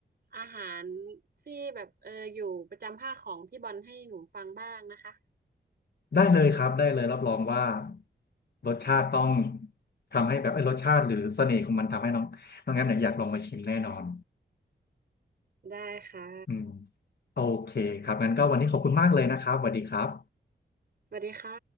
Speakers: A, on the right (about 60°); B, on the left (about 65°).
A: อาหารที่แบบเอออยู่ประจำภาคของพี่บอลให้หนูฟังบ้างนะคะ
B: ได้เลยครับได้เลยรับรองว่ารสชาติต้องทำให้แบบไอ้ยรสชาติหรือเสน่ห์ของมันทำให้น้องน้องแอมเนี่ยอยากลองมาชิมแน่นอน
A: ได้ค่ะ
B: อืมโอเคครับงั้นก็วันนี้ขอบคุณมากเลยนะครับสวัสดีครับ
A: สวัสดีค่ะ